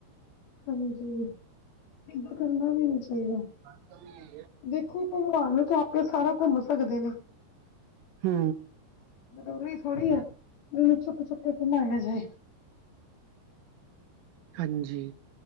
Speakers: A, on the left; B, on the right.
A: ਹਾਂਜੀ, ਏਦਾਂ ਕਰਨਾ ਵੀ ਨੀ ਚਾਹੀਦਾ।
B: ਹਾਂ।
A: ਦੇਖੋ ਭਗਵਾਨ ਚ ਆਪਾਂ ਸਾਰਾ ਘੁੰਮ ਸਕਦੇ ਨੇ।
B: ਹਮ।
A: ਜ਼ਰੂਰੀ ਥੋੜੀ ਐ, ਉਹਨੂੰ ਚੁੱਕ- ਚੁੱਕ ਕੇ ਘੁਮਾਇਆ ਜਾਏ।
B: ਹਾਂਜੀ।